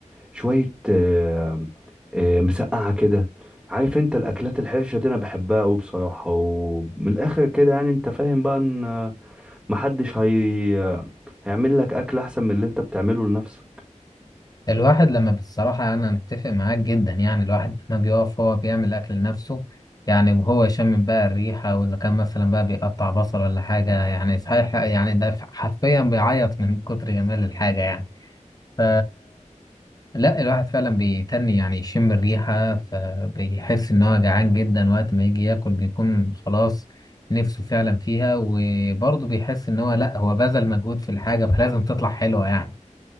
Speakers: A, in the centre; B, on the left (about 30°).
A: شويه آه، آه، مسقعه كده عارف انت الاكلات الحرشه دي انا بحبها قوي بصراحه ومن الاخر كده يعني انت فاهم بقى ان محدش هي... هيعمل لك اكل احسن من اللي انت بتعمله لنفسك
B: الواحد لما بصراحة أنا أتفق معاك جدا يعني الواحد لما بيقف هو بيعمل أكل لنفسه يعني وهو يشم بقى الريحة وإذا كان مثلا بقى بيقطع بصل ولا حاجة يعني صحيح يعني ده حرفيا بيعيط من كتر جمال الحاجة يعني ف لا الواحد فعلا بيتني يعني يشم الريحة فبيحس إن هو جعان جدا وقت ما يجي ياكل بيكون خلاص نفسه فعلا فيها وبرضه بيحس إن هو لا هو بذل مجهود في الحاجة فلازم تطلع حلوة يعني